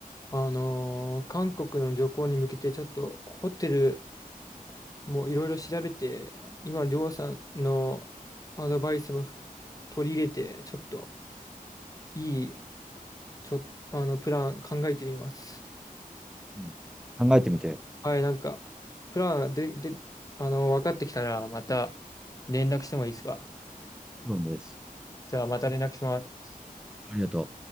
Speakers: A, on the left; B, in the centre.
A: あのー韓国の旅行に向けて、ちょっとホテルもういろいろ調べて、今のりょうさんのアドバイスもふ取り入れて、ちょっといい、ちょ、あの、プラン考えてみます。
B: うん考えてみて。
A: はい、なんか、プランで、で、あの、分かってきたら、また連絡してもいいですか
B: どうです。
A: じゃあ、また連絡します。
B: ありがとう。